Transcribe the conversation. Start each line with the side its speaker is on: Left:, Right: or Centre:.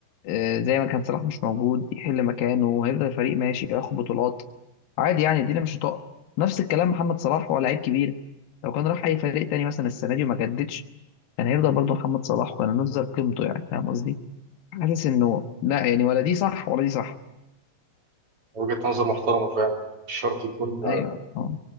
Left: آه، زي ما كان صلاح مش موجود يحل مكانه وهيفضل الفريق ماشي ياخد بطولات عادي يعني الدنيا مش هتقع نفس الكلام محمد صلاح هو لعيب كبير لو كان راح اي فريق تاني مثلا السنه دي وما جددش كان هيفضل برضه محمد صلاح وكان هنفضل قيمته يعني فاهم قصدي حاسس انه لا يعني ولا دي صح ولا دي صح
Right: وجهة نظر محترمة فعلا مش شرط يكون
Left: ايوه آه.